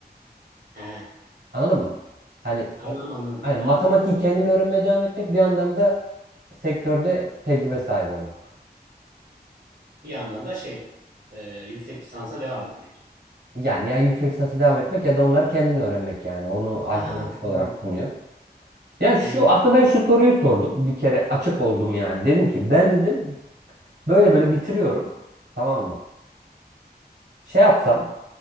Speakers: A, on the right; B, on the right.
A: He,
B: Anladın mı? Hani
A: anladım
B: o
A: anladım.
B: hani matematiği kendin öğrenmeye devam etmek bir yandan da sektörde tecrübe sahibi olmak.
A: Bir yandan da şey, e, yüksek lisansa devam etmek.
B: Yani ya yüksek lisansa devam etmek ya da onları kendin öğrenmek yani. Onu
A: Ha
B: alternatif
A: ha ha anladım
B: olarak sunuyor. Yani şu
A: anladım.
B: aslında ben şu soruyu sordum. Bir kere açık oldum yani. Dedim ki ben dedim böyle böyle bitiriyorum. Tamam mı? Şey yapsam